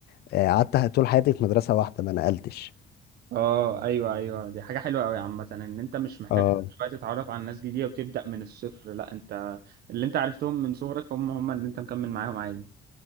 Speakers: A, on the left; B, on the right.
A: آه، قعدت طول حياتي في مدرسه واحده ما نقلتش
B: اه ايوه ايوه دي حاجه حلوه قوي عامه ان انت مش محتاج
A: اه
B: كل شويه تتعرف على ناس جديده وتبدا من الصفر لا انت اللي انت عرفتهم من صغرك هم هم اللي انت مكمل معاهم عادي